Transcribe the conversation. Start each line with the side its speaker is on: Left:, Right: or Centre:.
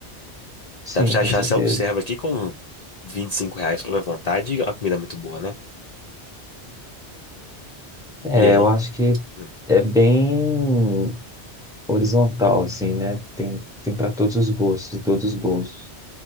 Centre: Sim,
Left: Dá pra você achar
Centre: com certeza.
Left: self-serve aqui com 25 reais, come à vontade, e a comida é muito boa, né?
Centre: É,
Left: E aí?
Centre: eu acho que
Left: Hum,
Centre: é bem horizontal, assim, né? Tem, tem para todos os gostos e todos os bolsos.